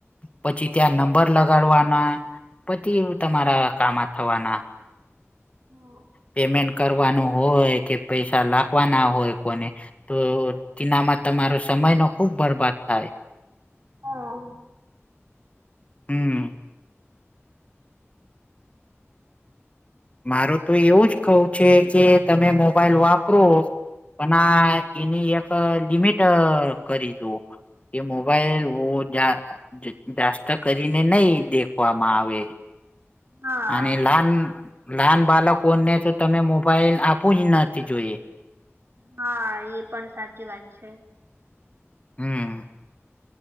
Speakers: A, on the left (about 30°); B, on the right (about 55°).
A: પછી ત્યાં નંબર લગાડવાના પતીવ તમારા કામા થવાના
B: <unintelligible>
A: પેમેન્ટ કરવાનું હોય કે પૈસા લાખવાના હોય કોને તો ઈનામાં તમારો સમય નો ખુબ બરબાદ થાય.
B: હા
A: હમ મારું તો એવું જ કવું છે કે તમે મોબાઈલ વાપરો પણ આ એની એક લિમિટ અ કરી દો એ મોબાઈલ <unintelligible> જાસ્ત કરીને નહી દેખવામાં આવે
B: હા
A: અને નાના નાના બાળકોને તો તમે મોબાઈલ આપોય નથી જોઈએ
B: હા એ પણ સાચી વાત છે
A: હમ